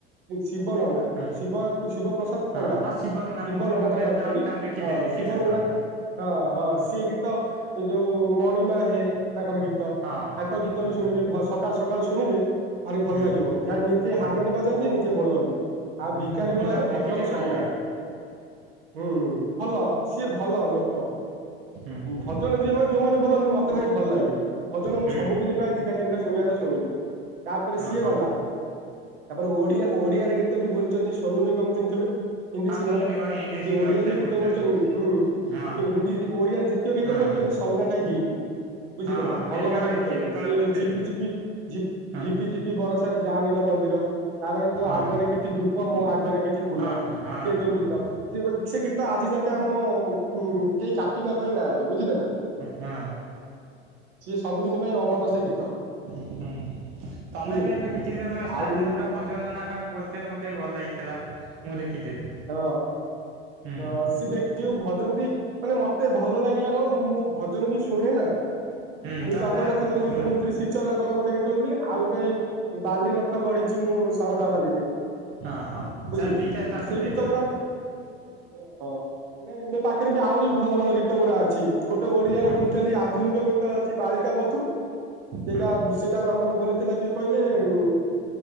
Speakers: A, on the right; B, on the right.
A: ଶିବ ନନା।
B: ହଁ
A: ଶିବ ଶିବ ପ୍ରସାଦ
B: ହଁ
A: ପଣ୍ଡା
B: ହଁ ଶିବ
A: ଶିବ
B: ମୁଁ ମୁଁ
A: ନନା ତାକୁ
B: ଜଣଙ୍କୁ
A: ଡାକୁଚନ୍ତି।
B: ତାଙ୍କୁ ଦେଖିଥିଲି
A: ହଁ
B: ଦେଖିଥିଲି
A: ଶିବ ନନା
B: ଥରେ
A: ହଁ ହଁ ସିଏ ଗୀ ଗୀଚ ଯୋଉ ମଣିମା ହେ ତାଙ୍କର ଗୀତ
B: ହଁ
A: ତାଙ୍କ ଗୀତ
B: ହୁଁ
A: ବି ଶୁଣିବେ ଭ ସ କାଳୁ ସକାଳୁ ଶୁଣିବେ ଭାରି ଭଲ
B: ହୁଁ
A: ଲାଗିବ। ଯା ନିଜେ
B: ହୁଁ
A: ହାରମାନି ବଜାନ୍ତି ନିଜେ ବୋଲନ୍ତି। ଆଉ
B: ହୁଁ
A: ଭିକାରୀ
B: ମୁଁ
A: ବଳ
B: ତାଙ୍କୁ
A: ହେଲେ
B: ଦେଖିଥିଲି
A: ଭଜନ
B: ଗୋଟେ
A: ସମ୍ରାଟ।
B: ଜାଗାରେ
A: ହୁଁ ଭଲ ସିଏ ଭଲ ଲୋକ।
B: ହୁଁ
A: ଭଜନ
B: ହୁଁ
A: ଯିିଏ ଯୋଉମାନେ ବୋଲନ୍ତି ମତେ ଭାରି ଭଲ ଲାଗେ। ଭନନ ମୁଁ
B: ହୁଁ
A: ସବୁ ଦିନି ପାୟ ଦିଟା ତିିନିଟା ଶୁଣିବା କଥା ଶୁଣିବି। ତାପରେ
B: ହଁ
A: ସିଏ
B: ହଁ
A: ଗଲା। ତାପରେ ଓଡିଆ ଓଡିଆରେ ଗୀତ ବି ବୋଲିଚନ୍ତି ସୋନୁ ନିଗମ ଚିହ୍ନି ଥିବେ। ହିନ୍ଦୀ
B: ହଁ
A: ସିଙ୍ଗର
B: ସୋନୁ ନିଗମ
A: ସେ
B: ହିନ୍ଦୀ ସିଙ୍ଗର
A: ଓଡିଆରେ
B: ସେ
A: ବି
B: ବୋଲିଛନ୍ତି
A: ଗୀତେ ବୋଲିଚନ୍ତି
B: ହଁ
A: ହୁଁ ହିନ୍ଦି ଓଡିଆରେ ଯେ ତିକ ଗୀତ
B: ହଁ
A: ବୋଲିୁଚନ୍ତିି ସବୁ ଯାଁକ ହିଟ୍।
B: ହଁ
A: ବୁଝିଲେ ନା ଭଲ
B: ଏବେ
A: ଭଲ
B: ଗୋଟେ
A: ଗୀତ
B: କିଛି
A: ଗୁରା
B: ଦିନ ତଳେ
A: ସିଏ
B: ବୋଲିଥିଲେ
A: ଝିପି ଝିପି
B: ହଁ
A: ଝି ପି ଝିପି ବରଷାରେ ଯାଆନିଲୋ ମନ୍ଦିର ତାପରେ ତୋ
B: ହଁ
A: ଆଗରେ କିଛି ଧୂପ ମୋ ଆଗରେ କି ଛି ଫୁଲ
B: ହଁ ହଁ
A: ସେ
B: ହଁ
A: ଯୋଉ ଗୀତ ସେ ସେ ଗୀତ ଆଜି ଯାଁଏ ଏଟା ମୋ କେହି କାଟିବା ପାଇଁ ନାହାନ୍ତି ବୁଝିଲେ ନା।
B: ହଁ
A: ସିଏ ସବୁଦିନ ପାଇଁ ଅମର ସେ ଗୀତ।
B: ହୁଁ ହୁଁ ତମେ
A: ବୁଝିଲେ
B: ବି ଏବେ କିଛି ଦିନତଳେ ଷ୍ଟାଟସ୍
A: ଆଉ
B: ଗୋଟେ ଭ ଜନ ନା କଣ ବୋଲିଥିଲେ ମତେ ବି ଭଲ ଲାଗିଥିଲା ମୁଁ ଦେଖିଥିଲି।
A: ହଁ
B: ହୁଁ
A: ହଁ ସିଏ ଦେଖିଥିବ ଭଜନ ବି ମାନେ ମତେ ଭଲ ଲାଗିଲା କଣ ମୁଁ ଭଜନ ବି ଶୁଣେ ନା।
B: ହୁଁ
A: ମୁଁ
B: ତ
A: ଜଗନ୍ନାଥଙ୍କର
B: ଯା ଶୁଣ
A: ଗୀତ ବୋଲିଥିଲି ଶ୍ରୀଚରଣଙ୍କର ଗୋଟେ ଗୀତ ବୋଲିଥିଲି ଆଉ ଗୋଟେ ବାଲି ରଥ ଗଢିଚି ମୁଁ ଶରଦା ବାଲିରେ
B: ହଁ ହଁ
A: ବୁଝିଲେ
B: ସାର୍ ଦିଟା ଷ୍ଟାଟସ
A: ସେ
B: ଦେଇ
A: ଗୀତ ଗୁରା ହଁ ନାଇଁ ମୋ ପାଖରେ ବି ଆହୁରି ବି ଭଲ ଭଲ ଗୀତ ଗୁର ଅଛି। ଗୋଟେ ଓଡିଆରେ
B: ହଁ
A: ବୋଲିଥିଲି ଆଧୁନିକ ଗୀତ ସେ ବାଳିକା ବଧୁ ସେଇଟା
B: ହଁ
A: ସେଇଟା ଆମର ବୋଲିଥିଲେ କିଏ କହିଲେ ଉଁ